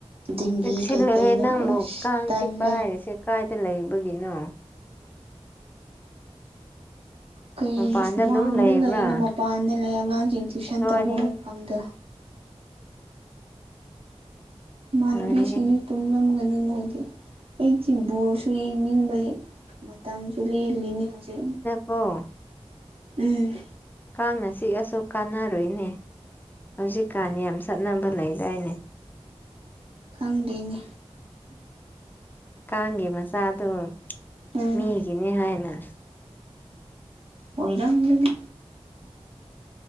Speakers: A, on the right; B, on the left.
A: ꯗꯦꯡꯒꯤ
B: ꯆꯤꯛꯁꯤꯜꯂꯨꯍ‌ꯦ
A: ꯀꯩ ꯀꯩꯅꯣ
B: ꯅꯪꯕꯨ
A: ꯑꯁ
B: ꯀꯥꯡ
A: ꯇꯜꯂꯦ
B: ꯆꯤꯛꯄ ꯍꯥꯏꯔꯤꯁꯦ ꯀꯥꯏꯗ ꯂꯩꯕꯒꯤꯅꯣ
A: ꯀꯩꯅꯣ
B: ꯃꯄꯥꯟꯗ
A: ꯁꯨꯃꯥꯡꯗ
B: ꯑꯗꯨꯝ ꯂꯩꯕ꯭ꯔꯥ
A: ꯂꯩꯅ ꯃꯄꯥꯟꯗ ꯂꯩ ꯑꯉꯥꯡꯁꯤꯡ ꯇꯨꯏꯁꯟ
B: ꯂꯣꯏꯔꯦꯍꯦ
A: ꯇꯧꯕ ꯃꯐꯝꯗꯣ ꯃꯥꯟꯕꯤ
B: ꯂꯣꯏꯔꯦꯍꯦ
A: ꯁꯃꯤ ꯇꯨꯡꯂꯝꯒꯅꯤ ꯃꯣꯏꯗꯤ ꯑꯩꯗꯤ ꯕꯣꯜꯁꯨ ꯌꯦꯡꯅꯤꯡꯕꯩ ꯇꯝꯆꯨꯂꯤ ꯂꯤꯅꯤ ꯍꯧꯖꯤꯦ
B: ꯑꯣ
A: ꯎꯝ
B: ꯀꯥꯡꯅ ꯆꯤꯛꯑꯁꯨ ꯀꯥꯟꯅꯔꯨꯏꯅꯦ ꯍꯧꯖꯤꯛꯀꯥꯟꯅꯤ ꯌꯥꯝ ꯆꯠꯅꯕ ꯂꯩꯗꯥꯏꯅꯦ
A: ꯈꯪꯗꯦꯅꯤ
B: ꯀꯥꯡꯒꯤ ꯃꯆꯥꯗꯨ
A: ꯎꯝ
B: ꯃꯤꯒꯤꯅꯤ ꯍꯥꯏꯅ
A: ꯑꯣꯏ ꯂꯒꯅꯤ